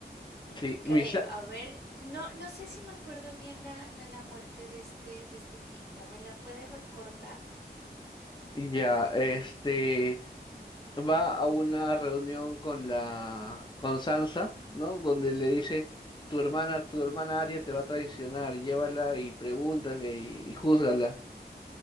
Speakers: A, on the left; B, on the left.
A: Sí,
B: creo.
A: Misha,
B: A ver, no, no sé si me acuerdo bien la, la, la muerte de este, de este tipo. ¿Me la puede recordar?
A: Sí. ya, este. va a una reunión con la con Sansa, ¿no? Donde le dice, tu hermana, tu hermana Arya te va a traicionar, llévala y pregúntale y, y júzgala.